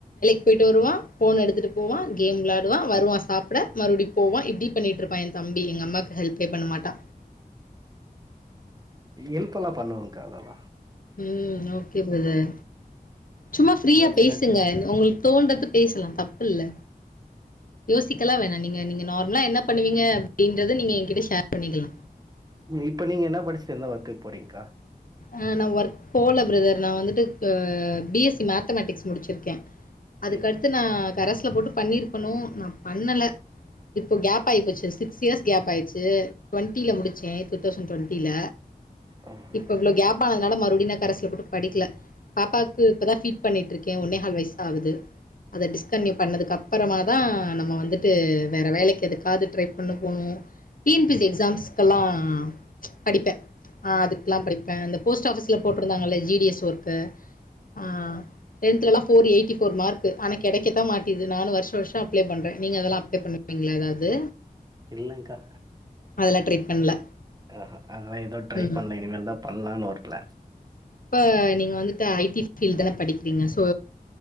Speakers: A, on the left; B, on the right.
A: போயிட்டு வருவா போன் எடுத்துட்டு போவா கேம் விளாடுவா வருவா சாப்ட மறுபடியு போவா இப்டி பண்ணிட்டு இருப்பா எ தம்பி எங்க அம்மாக்கு ஹெல்ப்பே பண்ண மாட்டா
B: எல்ப்பல்லா பண்ணுவங்க்கா அதெல்லா
A: ம் ஓகே ப்ரதர் சும்மா ஃப்ரீயா
B: ஏதோ சின்ன
A: பேசுங்க
B: சின்
A: உங்களுக் தோன்றது பேசலா தப்பில்ல யோசிக்கலா வேணா நீங்க நீங்க நார்மலா என்ன பண்ணுவீங்க அப்டின்றத நீங்க எங்கிட்ட ஷேர் பண்ணிக்கலா
B: இப்ப நீங்க என்ன படிஸ்ட்டு எந்த ஒர்க்குக்கு போறீங்க்கா
A: அஹ் நா ஒர்க் போல பிரதர் நா வந்துட்டு அ பி எஸ் சி மேத்தமெட்டிக்ஸ் முடிச்சிருக்கெ அதுக்கடுத்து
B: ம்
A: நா கரஸ்ல போட்டு பண்ணிருக்கணு நா பண்ணல இப்ப கேப் ஆய்போச்சி சிக்ஸ் இயர்ஸ் கேப் ஆயிச்சி டுவன்டில முடிச்சே டூ தௌசண்ட் டொண்ட்டில
B: ஆ
A: இப் ப்ப அதனால மறுபடியு நா கரஸ்ல போட்டு படிக்கல பாப்பாக் கு இப்பதா ஃபீட் பண்ணிட்டுருக்கே ஒன்னேஹால் வயசுதா ஆவுது அத டிஸ்கன்டினியூ பண்ணதுக்கப் பறமா தா நம்ம வந்துட்டு வேற வேலைக்கு எதுக்காது ட்ரை பண்ண போனோ T N P S C எக்ஸாம்ஸ்க்கெல்லா படிப்பே அதுக் குலா படிப்ப இந்த போஸ்ட் ஆஃபிஸ்ல போட்டிருந்தாங்கல்ல ஜி டி எஸ் ஒர்கு ஆ டென்த்லலா ஃபோர் எய்ட்டி ஃபோர் மார்க்கு ஆனா கெடைக்கத்தா மாட்டிது நானு வருஷ வருஷோ அப்ள பண்ணற நீங்க அதெல்லா அப்ள பண்ணுவீங்களா ஏதாது
B: இல்லங்க்கா
A: அதெல்லா ட்ரை பண்ல
B: அஹா அதலா ஏதோ ட்ரை
A: ம்
B: பண்லைங் இனிமேல்தா பண்லான்னு ஒரு பிளான்
A: இப்ப நீங்க வந்துட்டு ஐ டி ஃப்பீல்டு தானே படிக்கிறீங்க சோ